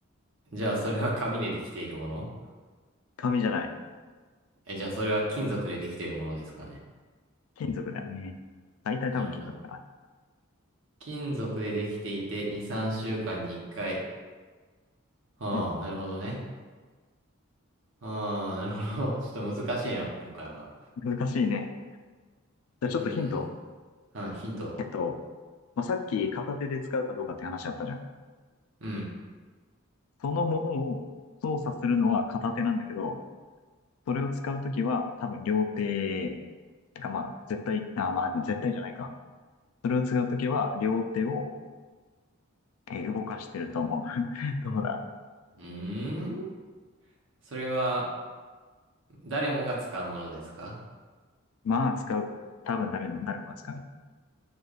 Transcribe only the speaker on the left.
紙じゃない。
金属だよね。大体多分金属かな。
うん。
難しいね。じゃあちょっとヒント。
えっと、まあ、さっき片手で使うかどうかって話あったじゃん。
そのものを操作するのは片手なんだけど、それを使うときは多分両手、てかまあ、絶対、あ、まあ、絶対じゃないか。それを使うときは両手を、えー動かしてると思う。<laughs> どうだ
まあ、使う。多分誰も、誰もが使う。